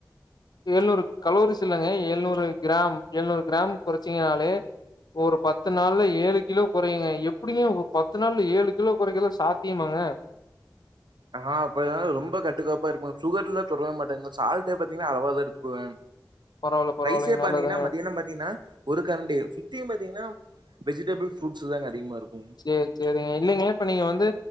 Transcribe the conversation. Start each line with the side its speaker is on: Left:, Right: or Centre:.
Left: எழுநூறு கலோரிஸ் இல்லங்க எழுநூறு கிராம் எழுநூறு கிராம் குறைச்சீங்கனாலே ஒரு பத்து நாள்ல ஏழு கிலோ கொறையுங்க எப் எப்படிங்க ஒரு பத்து நாள்ல ஏழு கிலோ குறைக்கலா சாத்தியமாங்க
Right: ஆ அப்படிதாங் ரொம்ப கட்டுக்கோப்பா இருப்பே சுகர் எல்லா தொடவே மாட்டேங்க சால்ட்டே பாத்தீங்கன்னா அளவா தா எடுத்துக்குவே
Left: பரவால்ல பரவால்லைங்க
Right: ரைஸே
Left: நல்லதுங்க
Right: பாத்தீங்கன்னா மத்தியானம் பாத்தீங்கன்னா ஒரு கரண்டியு சுத்தியும் பாத்தீங்கன்னா வெஜிடபிள் ஃப்ரூட்ஸ் தாங்க அதிகமா இருக்கும்
Left: சேர் சேரிங்க இல்லைங்க இப்ப நீங்க வந்து